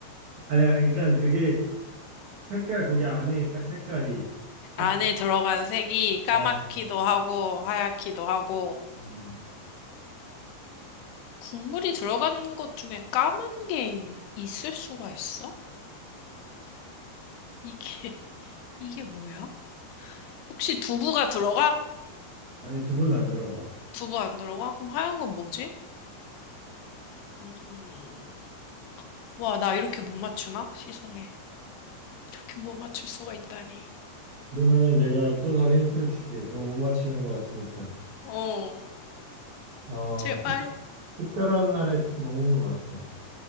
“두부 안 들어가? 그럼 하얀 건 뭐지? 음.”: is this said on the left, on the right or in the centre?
Left